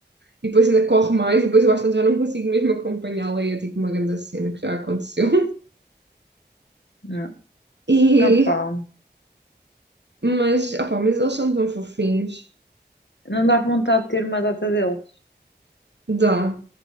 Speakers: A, on the right; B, on the left.
A: E depois ainda corre mais e depois eu acho que já não consigo mesmo acompanhá-la e é, tipo, uma grande cena que já aconteceu.
B: Não.
A: E,
B: Opa.
A: mas, opá, mas eles são tão fofinhos.
B: Não dá vontade de ter uma data deles.
A: Dá,